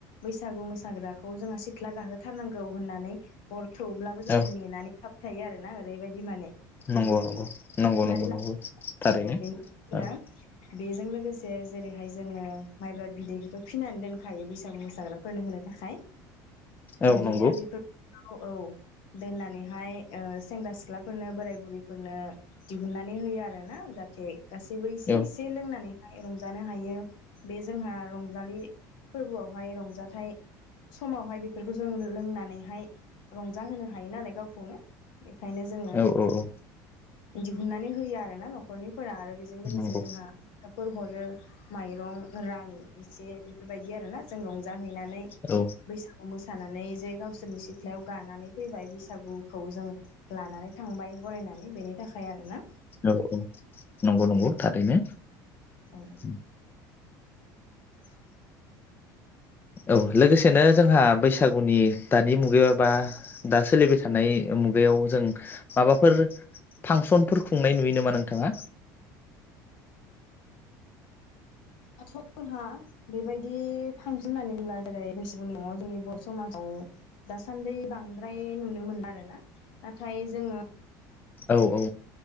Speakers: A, on the left; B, on the left.
A: बैसागु मोसाग्राखौ जोंहा सिथ्ला गाहोथारनांगौ होननानै हर थौब्लाबो जोंखौ
B: औ
A: नेनानै थाब खायो आरोना ओरैबायदि माने।
B: नंगौ नंगौ नंगौ
A: हमनानै
B: नंगौ नंगौ
A: लानांगौ
B: थारैनो
A: बेनि जोङो
B: औ।
A: बेजों लोगोसे जेरैहाय जोङो माइब्रा बिदैखौथ' फिनानै दोनखायो बैसागु मोसाग्राफोरनो होनो थाखाय।
B: औ
A: इदिनो
B: नंगौ
A: बेफोरखौ औ। दोननानैहाय ओ सेंग्रा सिख्लाफोरनो बोराय बुरैफोरनो दिहुनन्नानै होयो आरोना जाहाथे गासैबो इ से
B: औ
A: एसे लोंनानै। हाय रंजानो हायो। बे जोंहा रंजालि फोरबोआवहाय रंजाथाइ समावहाय बेफोरखौ जों लोंनानैहाय रंजाहोनो हायो नालाय गावखौनो। बेखायनो जोङो
B: औ औ औ
A: दिहुननानै होयो आरो ना न'खरनि फोरा आरो बेजों लोगोसे
B: नंगौ
A: जो जोंहा एफोर हरो माइरं रां इसे बेफोरबायदि आरोना जों रंजा हैनानै
B: औ
A: बैसागु मोसा थानानै जे गावसोरनि सिथ्लायाव गानानै फैबाय बैसागुखौ जों लानानै थांबाय बरायनानै बेनि थाखाय आरोना।
B: औ औ नंगौ
A: औ
B: नंगौ थारै। दिनो
A: औ
B: ओम।
A: <inaudible>
B: औ लोगोसेनो जोंहा बैसागुनि दानि मुगायाव एबा दा सोलिबाय थानाय मुगायाव जों माबाफोर फांसनफोर खुंनाय नुयो नामा नोंथाङा?
A: दाथ' जोंहा बेबायदि फांसन होननानै बुंला जेरै बैसागुनि मुङाव जोंनि बर' समाजाव दासान्दि बांद्राय नुनो मोनो आरोना नाथाय जोङो
B: औ औ